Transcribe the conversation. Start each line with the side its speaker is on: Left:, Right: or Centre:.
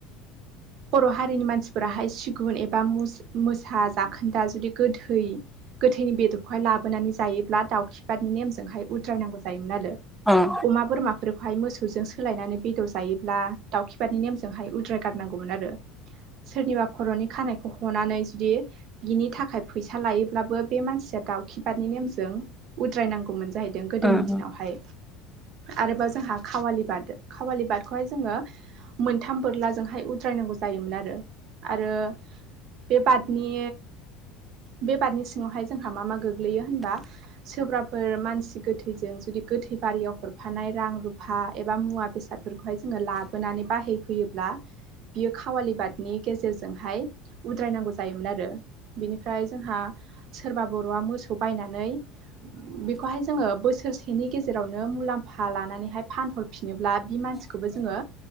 Right: बर' हारिनि मानसिफोराहाय सिगुन एबा मोसा जाखोन्दा जुदि गोथै। गोथैनि बेदरखौहाय लाबोनानै जायोब्ला दाउखिबादनि नेमजोंहाय। उद्रायनांगौ जायोमोन आरो
Centre: उम औ
Right: अमा बोरमा। बेफोरखौहाय मोसौजों सोलायनानै बेदर जायोब्ला दाउखिबादनि नेमजोंहाय उद्राय गारनांगौमोन आरो। सोरनिबा खर'नि खानायखौ हनानै जुदि बिनि थाखाय फैसा लायोब्लाबो बे मानसिया दाउखि बादनि नेमजों। उद्रायनांगौमोन जाहैदों
Centre: औ
Right: गोदोनि दिनावहाय
Centre: औ
Right: आरोबाव जोंहा खावालि बाद खावालि बादखौहाय जोङो मोनथाम बोरलाजोंहाय उद्रायनांगौ जायो। जायोमोन आरो आरो बे बादनि बे बादनि सिङावहाय जोंहा मा मा गोग्लै गोलैयो होनबा सोरबाफोर मानसि गोथैजों जुदि गोथै बारियाव हरफानाय रां रुफा। एबा मुवा बेसादफोरखौहाय जोङो लाबोनानै बाहायफैयोब्ला बियो। खावालि बादनि गेजेरजोंहाय उद्रायनांगौ जायोमोन आरो बिनिफ्राय जोंहा सोरबा बर'वा मोसौ बायनानै बेखौहाय जोङो बोसोरसेनि गेजेराव गेजेरावनो मुलाम्फा लानानैहाय फानहरफिनोब्ला बि मानसिखौबो जोङो